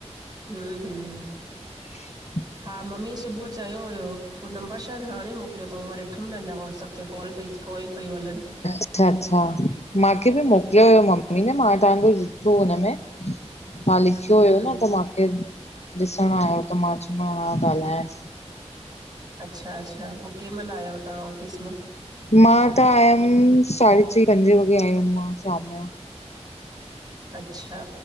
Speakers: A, on the right (about 35°); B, on the left (about 70°).
A: हुं हुं
B: <inaudible>
A: हा मम्मी सुबुह चयो हुयो पो नंबर शायद हाणे मोकिलियो थऊं। मां ॾिठम न अना वॉट्सअप ते कॉल पई कॉल पई हलन
B: अच्छा- अच्छा!, माखे बि मोकिलियो हुयो मम्मी ने, मां तव्हांजो ॾिठो हुनमें। मां लिखियो
A: हम्म
B: हुयो न, त मांखे ॾिसणु आयो त मां चयो ॻाल्हायांस ती।
A: अच्छा- अच्छा, पो कैं महिल आया आयो तां ऑफ़िस मां?
B: मां त आयमि साढे चई -पंजे वॻे आयम मां शाम जो।
A: अच्छा